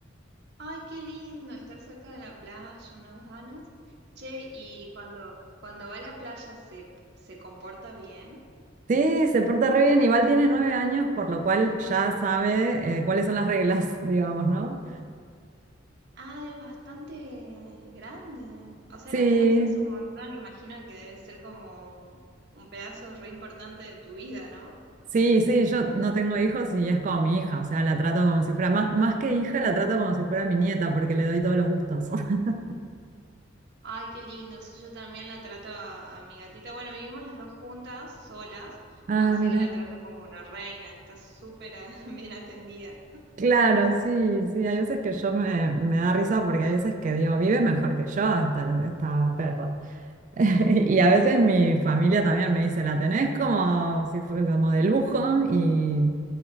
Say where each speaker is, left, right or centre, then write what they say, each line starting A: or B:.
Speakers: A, on the right; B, on the right.
A: Ay, qué lindo estar cerca de la playa, unas ganas. Che, y cuando, cuando va a la playa se, se comporta bien.
B: Sí, se porta re bien, igual tiene nueve años, por lo cual ya sabe eh, cuáles son las reglas, <laughs> digamos, ¿no?
A: Ah, es bastante grande. O sea,
B: Sí,
A: la tenés hace un montón, imagino que debe ser como un, un pedazo re importante de tu vida, ¿no?
B: sí, sí, yo no tengo hijos y es como mi hija, o sea, la trato como si fuera, más, más que hija, la trato como si fuera mi nieta, porque le doy todos los gustos. <laughs>
A: Ay, qué lindo. Si yo también la trato a, a mi gatita. Bueno, vivimos las dos juntas, solas,
B: Ah,
A: así
B: mira.
A: que la trato como una reina. Está súper ah, <laughs> bien atendida.
B: Claro, sí, sí, hay veces que yo me, me da risa porque hay veces que digo, vive mejor que yo esta, esta perra. <laughs> Y a veces mi familia también me dice, la tenés como si fuera como de lujo y